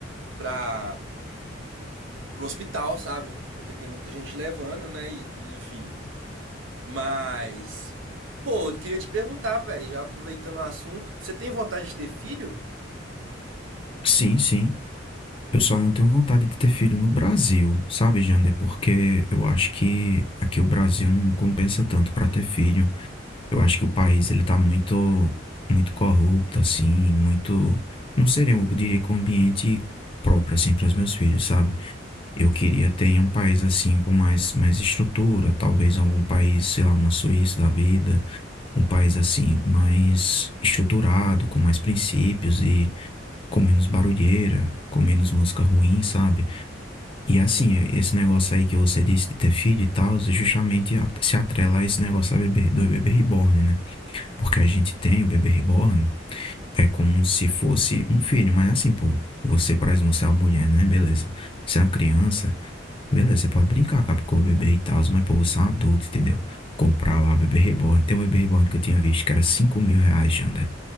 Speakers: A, on the right; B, on the left.
A: Pra, pro hospital, sabe? Porque tem muita gente levando, né? e e, enfim. Mas, pô, eu queria te perguntar, velho, já aproveitando o assunto, você tem vontade de ter filho?
B: Sim, sim. Eu só não tenho vontade de ter filho no Brasil, sabe, Jander? Porque eu acho que aqui o Brasil não compensa tanto pra ter filho. Eu acho que o país ele tá muito muito corrupto assim, muito não seria, eu diria que um ambiente próprio assim para os meus filhos, sabe? Eu queria ter um país assim com mais, mais estrutura, talvez algum país, sei lá, uma Suíça da vida, um país assim mais estruturado, com mais princípios e com menos barulheira, com menos música ruim, sabe? E assim, esse negócio aí que você disse de ter filho e tal, é justamente se atrela a esse negócio da bebê- do bebê reborn, né? Porque a gente tem o bebê reborn, é como se fosse um filho, mas assim, pô, você, por exemplo, você é uma mulher, né? Beleza. Você é uma criança. Beleza, você pode brincar, acaba com o bebê e tal, mas pô, você é um adulto, entendeu? Comprar lá bebê reborn. Tem um bebê reborn que eu tinha visto que era 5 mil reais, Jander.